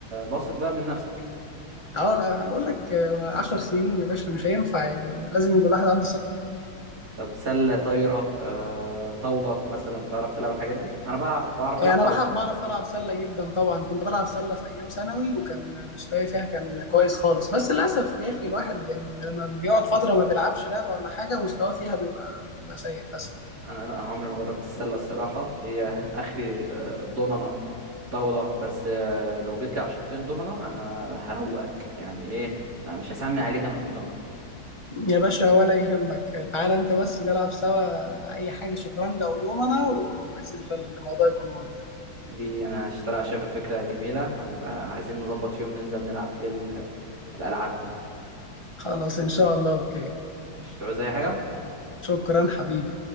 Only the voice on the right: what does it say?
واثق بقى من نفسك
طب سله طايره آه، طاوله مثلا بتعرف تلعب الحاجات دي انا بلعب بعرف
العب
طاوله
انا لا انا عمري ما جربت السله الصراحه هي اخري آه، ضمنه طاوله بس آه، لو جيت لي عشرتين ضمنه انا هروقك يعني ايه آه، مش هسمي عليك انا في الضمنه
دي انا اشتريها شايفها فكره جميله هنبقى عايزين نظبط يوم ننزل نلعب فيه ال- الالعاب دي
مش تعوز اي حاجه